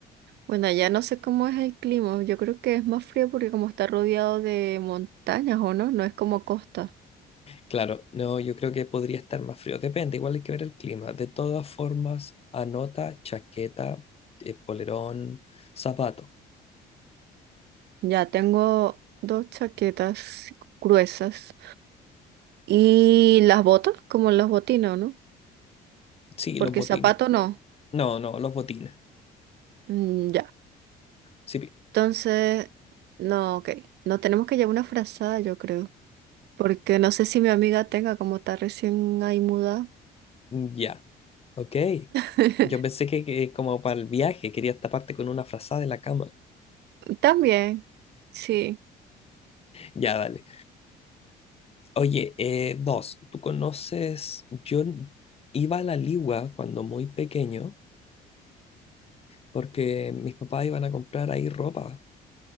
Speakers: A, on the right (about 80°); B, on the left (about 35°).
A: Bueno, allá no sé cómo es el clima. Yo creo que es más frío porque como está rodeado de montañas, ¿o no? No es como costa.
B: Claro, no, yo creo que podría estar más frío. Depende, igual hay que ver el clima. De todas formas, anota chaqueta, eh, polerón, zapato.
A: Ya tengo dos chaquetas gruesas y las botas, como los botines, ¿no?
B: Sí,
A: Porque
B: los botines.
A: zapato no.
B: No, no, los botines.
A: Mm, ya.
B: Sí, pi-
A: Entonces, no, ok. No tenemos que llevar una frazada, yo creo. Porque no sé si mi amiga tenga, como está recién ahí mudada.
B: mm, ya, ok.
A: <laughs>
B: Yo pensé que, que como para el viaje querías taparte con una frazada de la cama.
A: También, sí.
B: Ya, dale. Oye, eh, dos, tú conoces, yo n- iba a la Ligua cuando muy pequeño porque mis papás iban a comprar ahí ropa